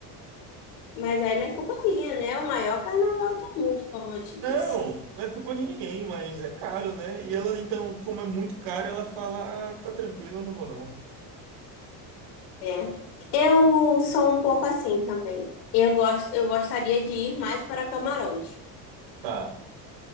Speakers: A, on the left (about 85°); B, on the right (about 70°).
A: Mas aí não é culpa minha, né? É O maior carnaval do mundo, como eu te disse.
B: Não, não é culpa de ninguém, mas é caro, né? E ela, então, como é muito caro, ela fala: Ah, tá tranquilo, eu não vou não.
A: É. Eu sou um pouco assim também. Eu gosto, eu gostaria de ir mais para camarote.
B: Tá.